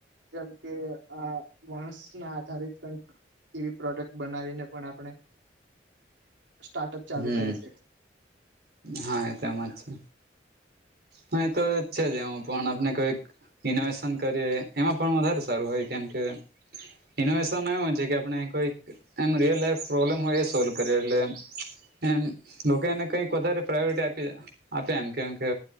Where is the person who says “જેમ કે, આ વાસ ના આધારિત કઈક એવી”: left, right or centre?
Right